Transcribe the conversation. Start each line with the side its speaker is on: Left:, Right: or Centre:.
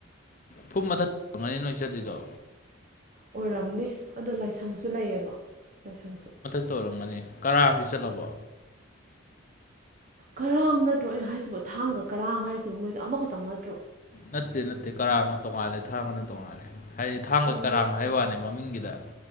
Left: ꯐꯨꯝ ꯃꯊꯪꯛ ꯅꯨꯉꯥꯏꯅꯤ ꯅꯣꯏ ꯆꯠꯂꯤꯗꯣ
Right: ꯑꯣꯏꯔꯝꯅꯤ ꯑꯗꯣ ꯂꯥꯏꯁꯪꯁꯨ ꯂꯩꯌꯦꯕ ꯂꯥꯏꯁꯪꯁꯨ
Left: ꯇꯣ ꯑꯣꯏꯔꯝꯒꯅꯤ ꯀꯔꯥꯡꯗꯤ ꯆꯠꯂꯕꯣ
Right: ꯀꯔꯥꯡ ꯅꯠꯇ꯭ꯔꯣ ꯑꯩꯅ ꯍꯥꯏꯁꯤꯕ ꯊꯥꯡꯒ ꯀꯔꯥꯡ ꯍꯥꯏꯁꯤꯕ ꯃꯣꯏꯁꯦ ꯑꯃꯈꯛꯇꯪ ꯅꯠꯇ꯭ꯔꯣ
Left: ꯅꯠꯇꯦ ꯅꯠꯇꯦ ꯀꯔꯥꯡꯅ ꯇꯣꯡꯉꯥꯜꯂꯦ ꯊꯥꯡꯒꯅ ꯇꯣꯡꯉꯥꯜꯂꯦ ꯍꯥꯏꯗꯤ ꯊꯥꯡꯒ
Right: ꯑꯣ
Left: ꯀꯔꯥꯡ ꯍꯥꯏ ꯋꯥꯅꯤ ꯃꯃꯤꯡꯒꯤꯗ